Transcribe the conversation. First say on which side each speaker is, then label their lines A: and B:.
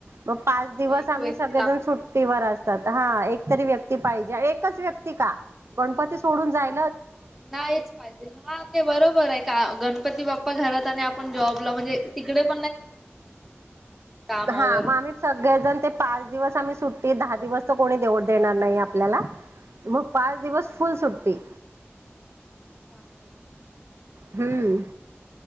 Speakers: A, on the right (about 70°); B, in the centre.
A: मग पाच
B: हो
A: दिवस
B: एक
A: आम्ही
B: व्यक्ती
A: सगळेजण
B: लागते.
A: सुट्टीवर असतात. हा एकतरी व्यक्ती पाहिजे. एकच व्यक्ती का गणपती सोडून जाय
B: नाहीच पाहिजे, हा ते बरोबर आहे का? गणपती बाप्पा प्पा घरात आणि आपण जॉबला म्हणजे तिकडे -- कामावर
A: हा. मग आम्ही सगळेजण ते पाच दिवस सुट्टी दहा दिवस तर कोणी देऊड देणार नाही आपल्याला.
B: नाही
A: मग पाच
B: ना
A: दिवस
B: तेच
A: फुल सुट्टी.
B: चांगला आहे.
A: हम्म.